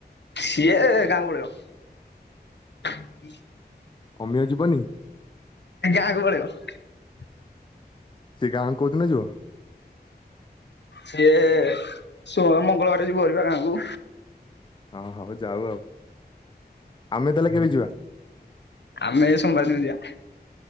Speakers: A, on the left; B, on the left.
A: ସିଏ ଗାଁ <unintelligible> ପଳେବ। ହଁ
B: ଅମିୟ ଯିବନି।
A: ଯାହାକୁ ପଳେଇିବ। <unintelligible>
B: ସେ ଗାଁ କୁ କୋଉ ଦିନ ଯିବ?
A: ସିଏ ସୋମ ମଙ୍ଗଳବାର ଯିବ ହେରିବା ଗାଁ କୁ।
B: ହଁ ହବ ଯାଉ ଆଉ। ଆମେ ତାହେଲେ କେବେ ଯିବା
A: ହଆମେ ସୋମବାର ଦିନ ଯିବା।